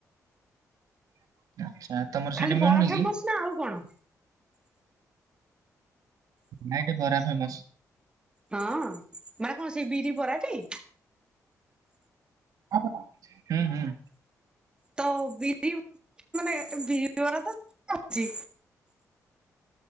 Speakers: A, on the right; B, on the right.
A: <inaudible>
B: ଖାଲି
A: ସେଇଠି ମିଳୁନି
B: ବରା ଫେମସ
A: କି?
B: ନା ଆଉ କଣ?
A: ନାଇଁ ନାଇଁ ବରା ଫେମସ୍।
B: ହଁ ମାନେ କଣ ସେ ବିରି ବରାଟି।
A: ହଁ ହୁଁ ହୁଁ।
B: ତ ବିରି ମାନେ ବିରିିବରା ତ ଅଛି।